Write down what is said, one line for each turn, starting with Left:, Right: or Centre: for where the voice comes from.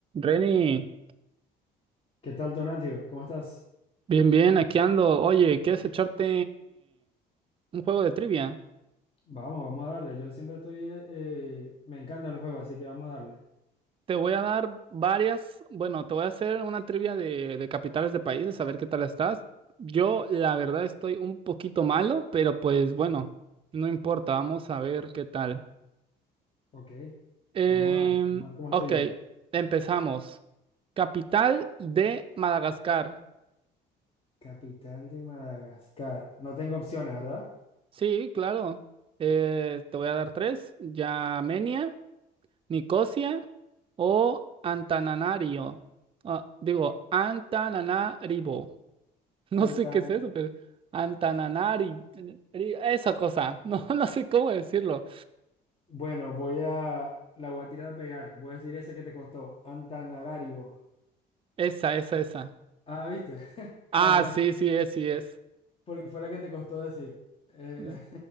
Right: Reni,
Left: ¿Qué tal, Donatio? ¿Cómo estás?
Right: bien, bien, aquí ando. Oye, ¿quieres echarte un juego de trivia?
Left: Vamos, vamos a darle. Yo siempre estoy... eh, me encantan los juegos, así que vamos a darle.
Right: Te voy a dar varias, bueno, te voy a hacer una trivia de, de capitales de países, a ver qué tal estás. Yo, la verdad, estoy un poquito malo, pero pues bueno, no importa, vamos a ver qué tal.
Left: Ok,
Right: Em,
Left: vamos a darle. Vamos a ver cómo
Right: ok,
Left: estoy yo.
Right: empezamos. Capital de Madagascar.
Left: Capital de Madagascar. No tengo opciones, ¿verdad?
Right: Sí, claro. Eh, te voy a dar tres. Yamenia. Nicosia o Antananarivo, Ah, digo, Antananarivo. <laughs> No
Left: Antan...
Right: sé qué es eso, pero Antananari, esa cosa. No, <laughs> no sé cómo decirlo.
Left: Bueno, voy a... La voy a tirar a pegar. Voy a decir esa que te costó. Antananarivo.
Right: Esa, esa, esa.
Left: Ah, ¿viste? <laughs>
Right: Ah,
Left: La tiré
Right: sí, sí es, sí es.
Left: porque fue la que te costó decir. Eh,
Right: L-